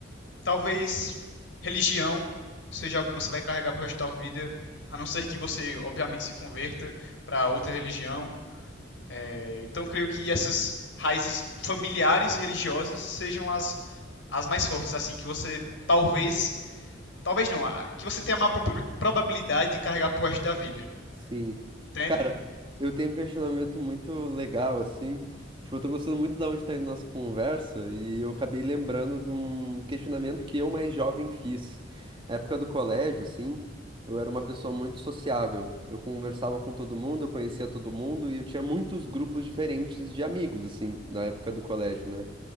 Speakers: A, on the left; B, on the right.
A: talvez religião seja o que você vai carregar pro resto da sua vida, a não ser que você, obviamente, se converta para outra religião. É, Então, creio que essas raízes familiares e religiosas sejam as, as mais fortes, assim, que você talvez. Talvez não, que você tenha a maior proba- probabilidade de carregar pro resto da vida.
B: sim.
A: Entende?
B: Cara, eu tenho um questionamento muito legal, assim. Tipo, eu tô gostando muito da onde tá indo nossa conversa e eu acabei lembrando de um questionamento que eu mais jovem fiz. Na época do colégio, assim, eu era uma pessoa muito sociável. Eu conversava com todo mundo, eu conhecia todo mundo e eu tinha muitos grupos diferentes de amigos, assim, na época do colégio, né?